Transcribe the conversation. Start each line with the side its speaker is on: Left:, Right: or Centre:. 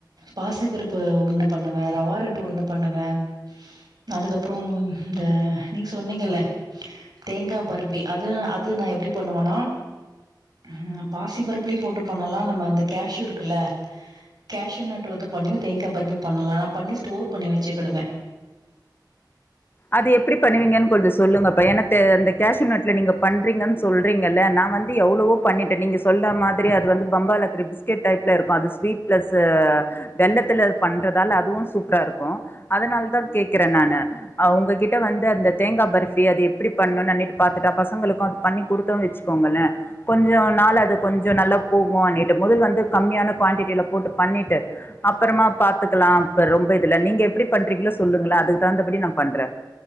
Right: பாசிப்பருப்பு உருண்ட பண்ணுவே ரவா ரட்டு உருண்ட பண்ணுவே அதுக்கப்றோ இந்த நீங்க சொன்னீங்கல்ல தேங்கா பர்பி அது அது நா எப்டி பண்ணுவனா ம் பாசி பருப்புலையு போட்டு பண்ணலா நம்ம அந்த கேஷு இருக்குல்ல கேஷுநட் வந்து பண்ணியு தேங்கா பர்பி பண்ணலா நா பண்ணி ஸ்டோர் பண்ணி வெச்சுக்கிடுவே
Left: அது எப்டி பண்ணுவீங்கன் கொஞ்ச சொல்லுங்கப்பா எனத்து அந்த கேஷுநட்ல நீங்க பண்றீங்கன் சொல்றீங்கல்ல நா வந் து எவ்ளவோ பண்ணிட்டே நீங்க சொல்ற மாதிரி அது வந்து பம்பாய்ல இருக்கற பிஸ்கெட் டைப்ல இருக்கு அது ஸ்வீட் பிளஸ்ஸு வெல்லத்துல பண்றதால அதுவு சூப்பரா இருக்கு அதனாலதா கேக்குறே நானு அவ்ங்ககிட்ட வந்து அந்த தேங்கா பர்ஃபி அது எப்டி பண்ணுன் அன்னிட்டு பாத்துட்டா பசங்களுக்கு அது பண்ணி குடுத்தோ வெச்சு க்கோங்கலே கொஞ்சோ நாள் அது கொஞ்ச நல்லா போகு அன்னிட்டு முதல் வந்து கம்மியான குவாண்டிட்டில போட்டு பண்ணிட்டு அப்பறமா பாத்துக்கலா இப்ப ரொம்ப இதுல்ல நீங்க எப்டி பண்றீங்ளோ சொல்லுங்களே அதுக்கு தகுந்த படி நா பண்றே